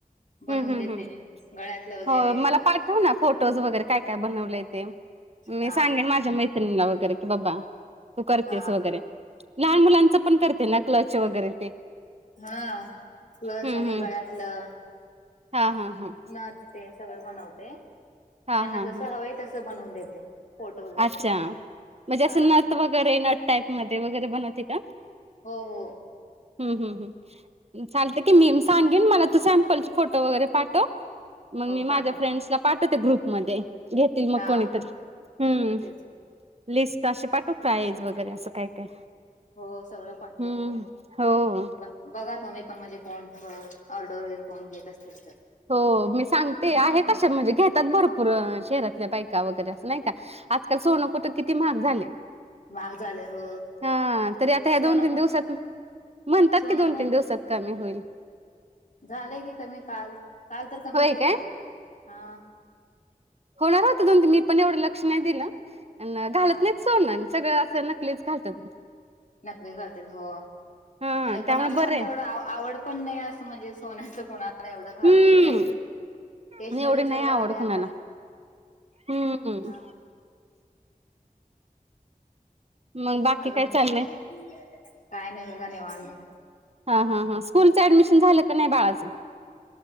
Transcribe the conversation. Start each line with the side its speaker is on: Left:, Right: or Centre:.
Left: बनवून
Right: हम्म हम्म
Left: देते
Right: हम्म
Left: मी. गळ्यातलं वगैरे
Right: हो मला पाठव ना फोटोज वगैरे काय काय बनवले ते, मी
Left: हा
Right: सांगेन माझ्या मैऽ वगैरे की बाबा, तू करतेयस
Left: हा
Right: वगैरे, लहान ऽ मुलांच पण करते ना? कल्च वगैरे ते.
Left: हा, कल्च
Right: हम्म
Left: आणी
Right: हम्म.
Left: गळ्यातलं.
Right: हा हा हा.
Left: नथ ते सगळं बनवते,
Right: हा
Left: त्यांना
Right: हा
Left: जस
Right: हा
Left: हवं तस बनवून देते. फोटो वगैरे
Right: अच्छा, म्हणजे
Left: हा
Right: असं नथ वगैरे नथ टाईप मध्ये वगैरे बनवते का?
Left: हो हो.
Right: हम्म हम् हम, चालतय
Left: हो
Right: की मीऽ सांगेन, मला तू सॅम्पल फोटो वगैरे पाठव, मग मी
Left: पाठवते
Right: माझ्या फ्रेंडलाऽ पाठवते ग्रुपमध्ये, घेतील मग
Left: हा
Right: कोणीतरी? हम्म.
Left: तेच की,
Right: लिस्ट अशी पाठव प्राईज, वैगेरे असं, काय? काय?
Left: हो सगळं पाठवते.
Right: हम्म हो.
Left: बाक बघा तुमी पण म्हणजे कोण ऑर्डरैर, कोण घेत असतील तर.
Right: हो, मी सांगते, आहेत आशा म्हणजे घेतात भरपूर. शहरातल्या बायका वगैरे असं, नाही का. आजकाल सोनं कुठं किती महाग झालय.
Left: महाग झाले हो
Right: हा तरी आता ह्या
Left: सोनं
Right: दोन तीन
Left: कोण
Right: दिवसात, म्हणतात
Left: सोनं
Right: कि दोन
Left: कोण
Right: तीन दिवसात. कमी होईल.
Left: झालंय की कमी काल, काल तर कमीच
Right: होय
Left: होतं.
Right: काय
Left: हा.
Right: होणार होत दोन तीन मी पण एवढं लक्ष नाही दिलं. घालत
Left: हा
Right: नाहीच सोन. सगळं असं नकलीच घालतात.
Left: नकलीच घालतात हो.
Right: हा
Left: आणि कोणाला
Right: त्यामुळे बरं
Left: पण
Right: आहे
Left: तेवढं आवड पण नाही असं म्हणजे सोन्याचं कोणाला एवढं घालून
Right: हम्म
Left: फिरायचं. स्टेशनरीच
Right: एवढी नाही
Left: एवढं
Right: आवड
Left: आलंय आता.
Right: कुणाला हम्म.
Left: हा
Right: मग बाकी
Left: अजून?
Right: काय
Left: काय
Right: चाललंय
Left: नाही बघा निवांत.
Right: हा हा हा. स्कूलचं ऍडमिशन झालं का नाही बाळाचं.